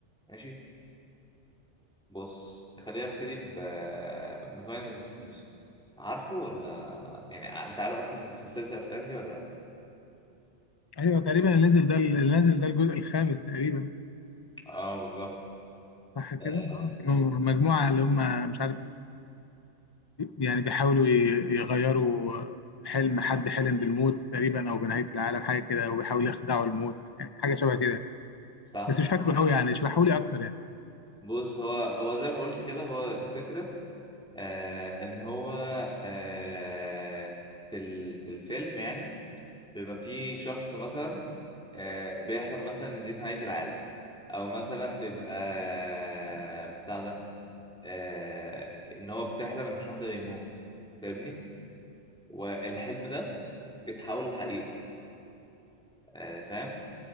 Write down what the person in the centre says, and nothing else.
ماشي بص خلينا نبتدي ب بفاينل ديستنيشن عارفه ولا يعني ع- انت عارف اصلا سلسله الافلام دي ولا لا
اه بالظبط
آه،
صح
بص هو هو زي ما قلت كده هو الفكرة آه ان هو آه في ال- في الفيلم يعني بيبقى في شخص مثلا آه بيحلم مثلا ان دي نهاية العالم او مثلا بيبقى آه بتاع ده آه ان هو بتحلم ان حد بيموت فاهمني والحلم ده بيتحول لحقيقة آه فاهم